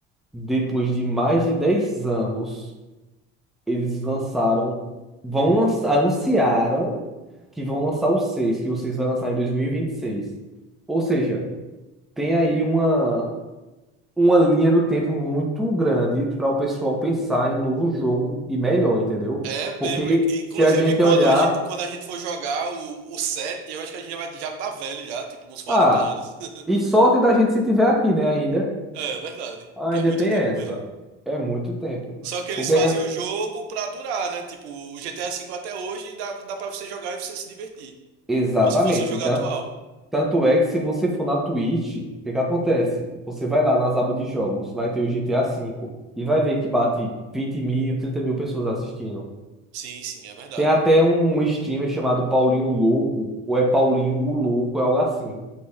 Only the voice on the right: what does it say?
É mesmo.
e- Inclusive,
quando
a gente, quando a gente for jogar o, o set, eu acho que a gente já, vai, já tá velho já, tipo, uns 40
anos. <laughs>
É, verdade.
Que é muito
tempo
mesmo.
Só que eles
fazem
o jogo pra durar, né? Tipo, o GTA V até hoje dá, dá pra você jogar e você se divertir.
Como se fosse um jogo
atual.
Sim, sim, é verdade.